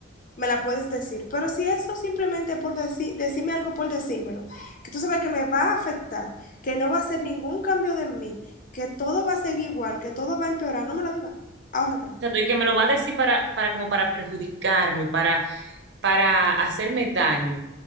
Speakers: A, on the left; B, on the right.
A: me la puedes decir. Pero si eso simplemente por deci- decirme algo por decírmelo, que tú sabes que me va a afectar, que no va a ser ningún cambio de mí, que todo va a seguir igual, que todo va a empeorar, no me la digas. Ahórratela.
B: sea, y que me lo va a decir para, para como para perjudicarme, para, para hacerme daño.